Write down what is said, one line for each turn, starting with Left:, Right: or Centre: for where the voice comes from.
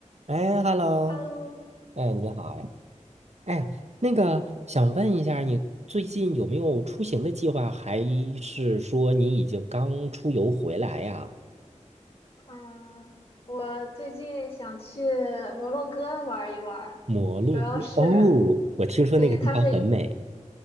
Right: 哎，Hello，
Left: Hello，Hello，
Right: 哎，你好呀，哎，那个想问一下，你最近有没有出行的计划，还是说你已经刚出游回来呀？
Left: 嗯，我最近想去摩洛哥玩一玩，
Right: 摩洛哥，
Left: 主要是，
Right: 哦，我听说那个地方很美。
Left: 对，它是，